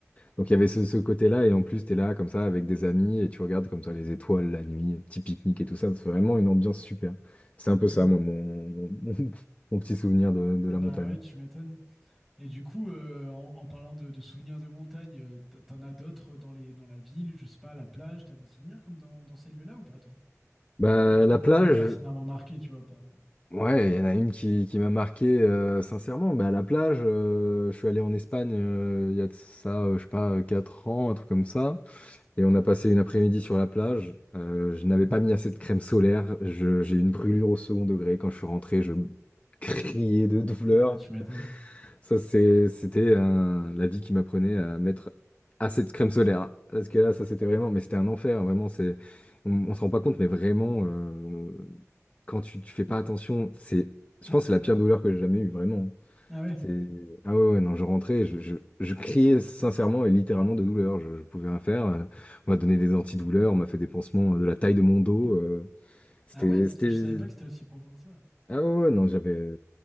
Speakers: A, on the left (about 25°); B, in the centre.
A: donc il y avait ce, ce côté-là, et en plus, t'es là comme ça avec des amis, et tu regardes comme ça les étoiles la nuit, petit pique-nique et tout ça. C'est vraiment une ambiance super. C'est un peu
B: Hmm.
A: ça, moi, mon, mon, <laughs> mon petit souvenir de, de
B: Bah
A: la montagne.
B: ouais, tu m'étonnes. Et du coup, euh, en, en parlant de, de souvenirs de montagne, euh, t- t'en as d'autres dans les, dans la ville, je sais pas, à la plage, t'as des souvenirs comme dans, dans ces lieux-là ou pas, toi?
A: Bah,
B: Qui t'ont
A: la
B: vraiment
A: plage,
B: pertinemment marqué, tu vois, par exemple.
A: ouais, il y en a une qui, qui m'a marqué, euh, sincèrement. Bah, la plage, euh, je suis allé en Espagne euh, il y a de ça, euh, je sais pas, euh, 4 ans, un truc comme ça. Et on a passé une après-midi sur la plage. Euh, je n'avais pas mis assez de crème solaire. Je- j'ai eu une brûlure au second degré. Quand je suis rentré, je criais de douleur.
B: Ah ouais, tu m'étonnes.
A: Ça, c'est, c'était euh, la vie qui m'apprenait à mettre assez de crème solaire. hein. Parce que là, ça, c'était vraiment, mais c'était un enfer, vraiment. C'est, on, on se rend pas compte, mais vraiment, euh, quand tu, tu fais pas attention, c'est, je pense, que c'est la pire douleur que j'ai jamais eue, vraiment. hein.
B: Ah ouais.
A: C'est, ah ouais, ouais, non, je rentrais, je, je, je criais sincèrement et littéralement de douleur. Je, je pouvais rien faire. Euh, On m'a donné des antidouleurs, on m'a fait des pansements euh, de la taille de mon dos. euh, c'était,
B: Ah ouais, putain,
A: c'était,
B: je savais pas que c'était aussi profond que ça.
A: ah ouais, ouais, non, j'avais,